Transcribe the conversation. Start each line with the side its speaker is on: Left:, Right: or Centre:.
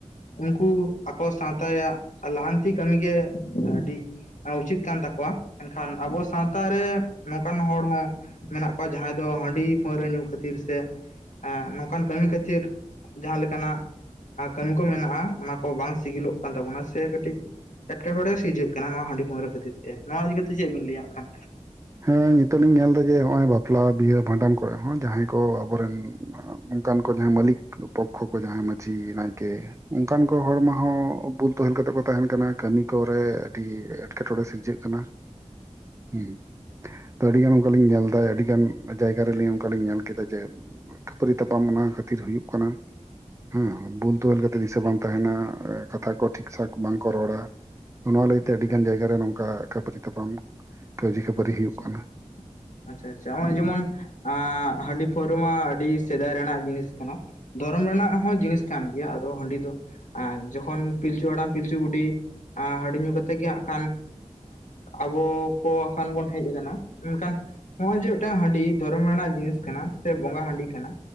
Left: ᱩᱱᱠᱩ ᱟᱠᱚ ᱥᱟᱶᱛᱟ ᱨᱮᱭᱟᱜ ᱞᱟᱦᱟᱱᱛᱤ ᱠᱟᱹᱢᱤᱜᱮ ᱟᱹᱰᱤ ᱩᱪᱤᱛ ᱠᱟᱱ ᱛᱟᱠᱚᱣᱟ ᱮᱠᱷᱟᱱ ᱟᱵᱚ ᱥᱟᱶᱛᱟ ᱨᱮ ᱱᱚᱝᱠᱟᱱ ᱦᱚᱲ ᱦᱚᱸ ᱢᱮᱱᱟᱜ ᱠᱚᱣᱟ ᱡᱟᱦᱟᱸᱭ ᱫᱚ ᱦᱟᱺᱰᱤ ᱯᱟᱣᱨᱟᱹ ᱧᱩ ᱠᱷᱟᱹᱛᱤᱨ ᱥᱮ ᱱᱚᱝᱠᱟᱱ ᱠᱟᱹᱢᱤ ᱠᱷᱟᱹᱛᱤᱨ ᱡᱟᱦᱟᱸ ᱞᱮᱠᱟᱱᱟᱜ ᱠᱟᱹᱢᱤ ᱠᱚ ᱢᱮᱱᱟᱜᱼᱟ ᱚᱱᱟ ᱠᱚ ᱵᱟᱝ ᱥᱤᱜᱤᱞᱚᱜ ᱠᱟᱱ ᱛᱟᱵᱚᱱᱟ ᱥᱮ ᱠᱟᱹᱴᱤᱡ ᱮᱠᱨᱮᱦᱚᱬᱮ ᱥᱤᱨᱤᱡᱟᱹᱜ ᱠᱟᱱᱟ ᱱᱚᱣᱟ ᱦᱟᱺᱰᱤ ᱯᱟᱹᱣᱨᱟᱹ ᱠᱷᱟᱹᱛᱤᱨ ᱛᱮ ᱱᱚᱣᱟ ᱤᱫᱤ ᱠᱟᱛᱮ ᱪᱮᱫ ᱵᱤᱱ ᱞᱟᱹᱭᱟ ᱠᱷᱟᱱ
Right: ᱦᱮᱸ ᱱᱤᱛᱚᱜ ᱤᱧ ᱧᱮᱞ ᱮᱫᱟ ᱡᱮ ᱱᱚᱜ ᱚᱭ ᱵᱟᱯᱞᱟ ᱵᱤᱦᱟᱹ ᱵᱷᱟᱸᱰᱟᱱ ᱠᱚᱨᱮᱜ ᱦᱚᱸ ᱡᱟᱦᱟᱸᱭ ᱠᱚ ᱟᱵᱚᱨᱮᱱ ᱚᱱᱠᱟᱱ ᱠᱚ ᱡᱟᱦᱟᱸ ᱢᱟᱹᱞᱤᱠ ᱯᱚᱠᱠᱷᱚ ᱠᱚ ᱡᱟᱦᱟᱸ ᱢᱺᱡᱷᱤ ᱱᱟᱭᱠᱮ ᱚᱱᱠᱟᱱ ᱠᱚ ᱦᱚᱲᱢᱟᱦᱚ ᱵᱩᱞ ᱛᱚᱦᱮᱞ ᱠᱟᱛᱮᱜ ᱠᱚ ᱛᱟᱦᱮᱱ ᱠᱟᱱᱟ ᱠᱟᱹᱢᱤ ᱠᱚᱨᱮ ᱟᱹᱰᱤ ᱮᱴᱠᱮᱴᱚᱬᱮ ᱥᱤᱨᱡᱟᱹᱜ ᱠᱟᱱᱟ ᱦᱮᱸ ᱛᱚ ᱟᱹᱰᱤᱜᱟᱱ ᱚᱱᱠᱟᱞᱤᱧ ᱧᱮᱞ ᱫᱟ ᱟᱹᱰᱤᱜᱟᱱ ᱡᱟᱭᱜᱟ ᱨᱮᱞᱤ ᱚᱱᱠᱟᱞᱤᱧ ᱧᱮᱞ ᱠᱮᱫᱟ ᱡᱮ ᱠᱷᱟᱹᱯᱟᱹᱨᱤ ᱛᱟᱯᱟᱢ ᱚᱱᱟ ᱠᱷᱟᱹᱛᱤᱨ ᱦᱩᱭᱩᱜ ᱠᱟᱱᱟ ᱦᱮᱸ ᱵᱩᱞ ᱛᱩᱦᱮᱞ ᱠᱟᱛᱮ ᱫᱤᱥᱟᱹ ᱵᱟᱝ ᱛᱟᱦᱮᱱᱟ ᱠᱟᱛᱷᱟ ᱠᱚ ᱴᱷᱤᱠ ᱴᱷᱟᱠ ᱵᱟᱝᱠᱚ ᱨᱚᱲᱟ ᱱᱚᱣᱟ ᱞᱟᱹᱭᱛᱮ
Left: ᱦᱮᱸ ᱟᱪᱪᱷᱟ
Right: ᱟᱹᱰᱤ ᱜᱟᱱ
Left: ᱟᱪᱪᱷᱟ
Right: ᱡᱟᱭᱜᱟ ᱨᱮ ᱱᱚᱝᱠᱟ ᱠᱷᱯᱟᱹᱨᱤ ᱛᱟᱯᱟᱢ ᱠᱟᱹᱣᱡᱤ ᱠᱷᱟᱹᱯᱟᱹᱨᱤ
Left: ᱟᱪᱪᱷᱟ
Right: ᱦᱩᱭᱩᱜ
Left: ᱟᱪᱪᱷᱟ
Right: ᱠᱟᱱᱟ
Left: ᱟᱪᱪᱷᱟ ᱟᱪᱪᱷᱟ ᱡᱮᱢᱚᱱ ᱦᱟᱺᱰᱤ ᱯᱟᱹᱣᱨᱟᱹ ᱢᱟ ᱟᱹᱰᱤ ᱥᱮᱫᱟᱭ ᱨᱮᱱᱟᱜ ᱡᱤᱱᱤᱥ ᱠᱟᱱᱟ ᱫᱷᱚᱨᱚᱢ ᱨᱮᱱᱟᱜ ᱦᱚᱸ ᱡᱤᱱᱤᱥ ᱠᱟᱱ ᱜᱮᱭᱟ ᱟᱫᱚ ᱦᱟᱺᱰᱤ ᱫᱚ ᱟᱨ ᱡᱚᱠᱷᱚᱱ ᱯᱤᱞᱪᱩ ᱦᱟᱲᱟᱢ ᱯᱤᱞᱪᱩ ᱵᱩᱰᱷᱤ ᱮ ᱦᱟᱺᱰᱤ ᱧᱩ ᱠᱟᱛᱮᱫ ᱜᱮ ᱦᱟᱸᱜ ᱠᱷᱟᱱ ᱟᱵᱚ ᱠᱚ ᱮᱠᱷᱚᱱ ᱵᱚᱱ ᱦᱮᱡ ᱟᱠᱟᱱᱟ ᱢᱮᱱᱠᱷᱟᱱ ᱱᱚᱜ ᱚᱭ ᱡᱮ ᱢᱤᱫᱴᱟᱝ ᱦᱟᱺᱰᱤ ᱫᱷᱚᱨᱚᱢ ᱨᱮᱱᱟᱜ ᱡᱤᱱᱤᱥ ᱠᱟᱱᱟ ᱥᱮ ᱵᱚᱸᱜᱟ ᱦᱟᱺᱰᱤ ᱠᱟᱱᱟ